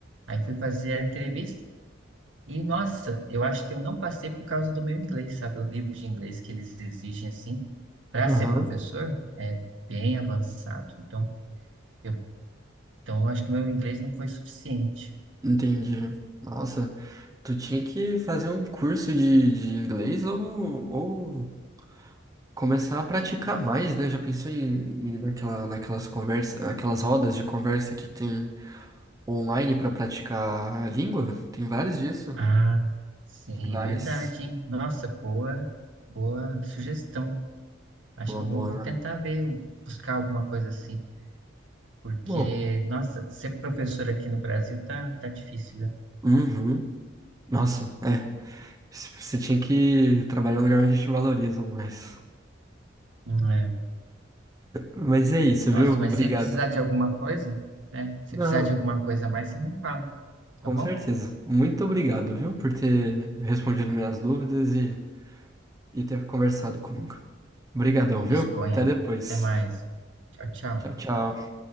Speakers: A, on the right (about 80°); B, on the right (about 20°).
A: Aí fui fazer a entrevista e, nossa, eu acho que eu não passei por causa do meu inglês, sabe? O nível de inglês que eles exigem, assim, para
B: aham,
A: ser professor é bem avançado. Então, eu, então, eu acho que meu inglês não foi suficiente.
B: entendi. Nossa. Tu tinha que fazer um curso de, de inglês ou, ou começar a praticar mais, né? Já pensou em ir naquela, naquelas conversas, aquelas rodas de conversa que tem online pra praticar a língua? Tem vários disso.
A: Ah, sim,
B: Tem várias.
A: é verdade, hein? Nossa, boa, boa sugestão. Acho
B: É Uma
A: que eu
B: boa,
A: vou
B: né?
A: tentar ver, eu buscar alguma coisa assim. Porque,
B: Bom,
A: nossa, ser professor aqui no Brasil tá, tá difícil, viu?
B: uhum. Nossa, é. C- Você tinha que trabalhar em um lugar onde te valorizam mais.
A: Hum, é.
B: Mas é isso, viu?
A: Nossa,
B: Obrigado.
A: mas se precisar de alguma coisa, né? Se
B: Não,
A: precisar de alguma coisa a mais, você me fala, tá
B: com
A: bom?
B: certeza. Muito obrigado, viu, por ter respondido minhas dúvidas e e ter conversado comigo. Obrigadão, viu?
A: Disponha.
B: Até depois.
A: Até mais. Tchau, tchau.
B: Tchau, tchau.